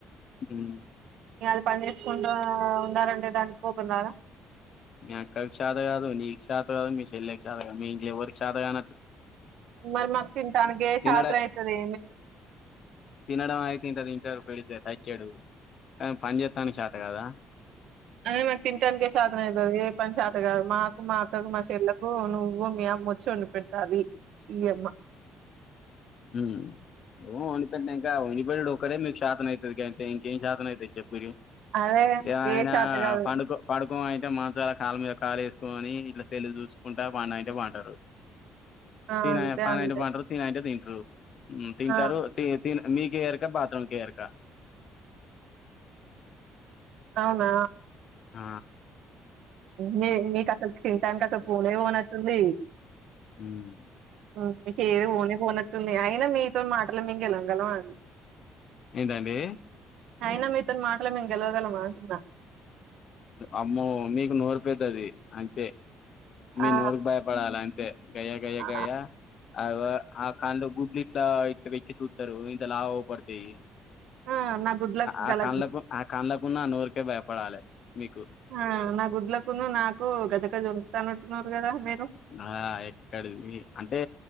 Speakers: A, on the left (about 60°); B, on the right (about 80°).
A: ఉమ్
B: ఇక అది పని చేసుకుంటా ఉన్నారన్ దానికి కోపం రాధ
A: మీ అక్కకి చాత కాదు నీకు చాత కాదు మీ చెల్లకి చాత కాదు మీ ఎవరికి చాతా కా
B: మరి మాకు తింటానీకే
A: తినడ
B: చేతనైతది
A: తినడం అయితే ఇంత తింటారు పెడితే తచ్చాడు కానీ పని చేస్తాను చాత కదా
B: అదే మాకు తింటనికే చతనైతది పని శాత కాదు మా మా అక్కకు మా చెల్లకు నువ్వు నువ్వు మీ అమ్మ వచ్చి వండిపెంటరి ఇయమ్మ
A: మ్మ్ <unintelligible> వండిపేటనింక వండి పెట్టుడు ఒక్కటే మీకు ఛాతానైతది గంతే ఇంకేం చేతనైతయ్ చేపూరి
B: అదే
A: <unintelligible>
B: మాకే శాత కాదు
A: పడుకో పడుకో అంటే మంచాల కాల మీద కాళే కని ఇట్లా సెల్లు చూసుకుంటా పండ అంటే పండారు
B: ఆ
A: తిన్
B: అంతే
A: అంటే పా
B: అంతే
A: పాంటరు తి అంట త ఉమ్ తింటారు
B: ఆ
A: మీకే ఎరుక బాత్రూమ్ కె ఎరక
B: అవునా
A: ఆ
B: మీ మీకు అసలు తినానికి అసలు ఫోన్ పోన్ వస్తుంది
A: ఉమ్
B: మకద పోనే పోన మీ అయిన మీతో మాటలు మేము గెళవగలమ అండి
A: ఏంటండి
B: అయినా మీతోని మాటలు మేము గెలవగలం అంటున్నా
A: అమ్మో మీకు నూ రపోయితు అది అంతే మీ
B: ఆ
A: నోరుకు భయపడాల అంటే గయా గయా
B: ఆ
A: గయా అ ఆ కలో గుడ్లి ఇట్లా ఇట్లా పెచ్చి చూతారు ఇంత లాభ పడతాయి
B: ఆ, నా గుడ్లకు
A: ఆ
B: గల
A: కన్లకు ఆ కన్లకున్నా నూరికే భయపడాలి మీకు
B: ఆ నా గుడ్లకును నాకు గద జరుగుతను ఉట్నన్నారురు కదా మీరు
A: ఆ ఎక్కడిది అంటే